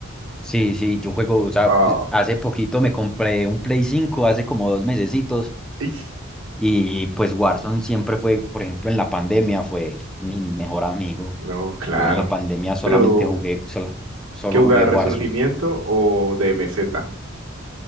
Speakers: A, in the centre; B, on the right (about 85°).
A: Sí, sí, yo juego, o sea,
B: Wow.
A: pues, hace poquito me compré un Play cinco hace como dos mesecitos,
B: Is-
A: y pues Warzone siempre fue, por ejemplo, en la pandemia fue mi mejor amigo.
B: No, claro.
A: Yo en la pandemia solamente
B: Pero,
A: jugué, sola, solo
B: ¿qué jugar?
A: jugué Warzone.
B: ¿Resurgimiento o DMZ?